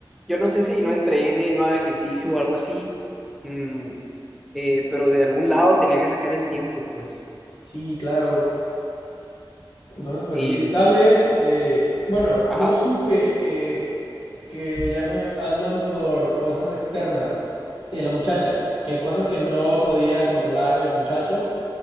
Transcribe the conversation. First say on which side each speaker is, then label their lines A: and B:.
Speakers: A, in the centre; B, on the left (about 75°).
A: Yo no sé si no entrene, no haga ejercicio o algo así, mm, eh, pero de algún lado tenía que sacar el tiempo, pues.
B: Sí, claro. Entonces, pues
A: Y,
B: sí, tal vez, eh, bueno,
A: ajá,
B: yo supe que, que ya no andan por cosas externas de la muchacha, que hay cosas que no podía controlar el muchacho,